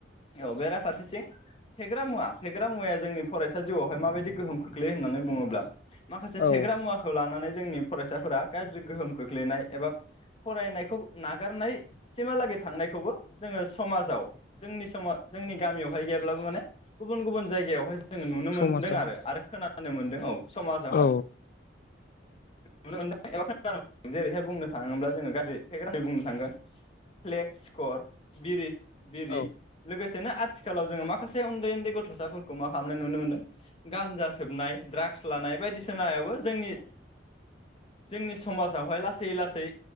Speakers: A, on the left; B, on the left.
A: औ बेराफारसेथिं फेग्रा मुवा फेग्रा मुवाया जोंनि फरायसा जिउआवहाय माबायदि गोहोम खोख्लैयो होननानै बुङोब्ला माखासे
B: औ
A: फेग्रा मुवाखौ लानानै जोंनि फरायसाफोरा गाज्रि गोहोम खोख्लैनाय एबा फरायनायखौ नागारनायसिमलागै थांनायखौबो जोङो समाजआव जोंनि समा जोंनि गामियावहाय गैयाब्लाबो माने गुबन गुबन जायगायावहाय जोङो नुनो मोनदों
B: समाजाव
A: आरो आरो खोना नानो मोनदों औ समाजावहाय
B: औ
A: नुनो मोनदों <unintelligible> जेरैहाय बुंनो थाङोब्ला जोङो गाज्रि <unintelligible> बुंनो थांगोन फ्लेक्स सिकर बिरिस बिरि
B: औ
A: लोगोसे ना आथिखालाव जोङो माखासे उन्दै उन्दै गथसाफोरखौ मा खालामनाय नुनो मोनो गानजा सोबनाय ड्राग्स लानाय बायदिसिनायावबो जोंनि जोंनि समाजावहाय लासै लासै